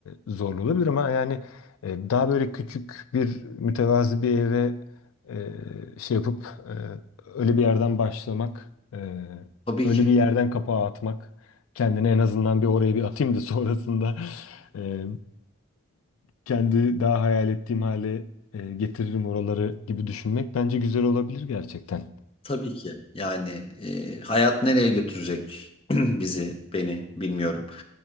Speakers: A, on the left; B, on the left.
A: zorlu olabilir ama yani e, daha böyle küçük bir mütevazi bir eve e, şey yapıp e, öyle bir yerden başlamak, e,
B: Tabii
A: öyle
B: ki
A: bir yerden kapağı atmak, kendine en azından bir oraya bir atayım da sonrasında <laughs> e, kendi daha hayal ettiğim hale e, getiririm oraları gibi düşünmek bence güzel olabilir gerçekten.
B: Tabii ki. Yani e, hayat nereye götürecek <clears throat> bizi, beni bilmiyorum.